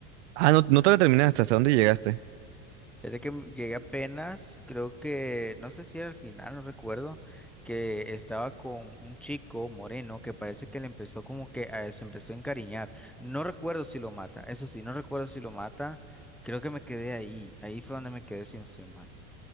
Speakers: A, on the right; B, in the centre.
A: Ah, no, no te la terminaste, ¿hasta dónde llegaste?
B: Fíjate que m- llegué apenas, creo que, no sé si era al final, no recuerdo, que estaba con un chico moreno que parece que le empezó como que a, se empezó a encariñar. No recuerdo si lo mata, eso sí, no recuerdo si lo mata. Creo que me quedé ahí, ahí fue donde me quedé si no estoy mal.